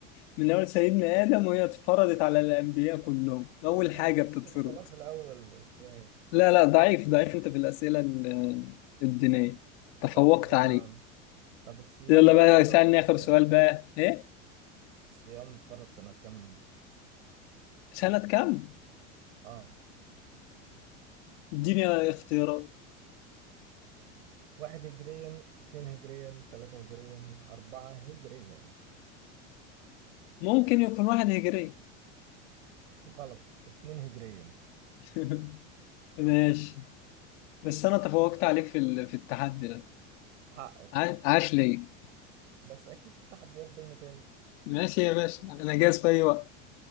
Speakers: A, on the left; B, on the right.
A: من أول سيدنا آدم وهي اتفرضت على الأنبياء كلهم أول حاجة
B: أنا قلت
A: بتتفرض
B: الصلاة في الأول بس ماشي
A: لا لا ضعيف ضعيف أنت في الأسئلة ال- الدينية
B: ماشي
A: تفوقت
B: طب آم،
A: عليه
B: طب الصيام
A: يلا
B: بقى
A: بقى
B: اتفرض
A: اسألني
B: سنة
A: آخر
B: كام؟
A: سؤال بقى إيه
B: الصيام اتفرض سنة كام؟
A: سنة كام؟
B: اه
A: اديني اختيارات
B: واحد هجريا اتنين هجريا تلاتة هجريا أربعة هجريا
A: ممكن يكون واحد هجري
B: غلط اتنين هجريا
A: <laughs> ماشي بس انا تفوقت عليك في ال... في التحدي ده
B: حقك
A: ع- عاش ليه
B: بس أكيد في تحديات بينا تاني
A: ماشي يا باشا انا جاهز في اي وقت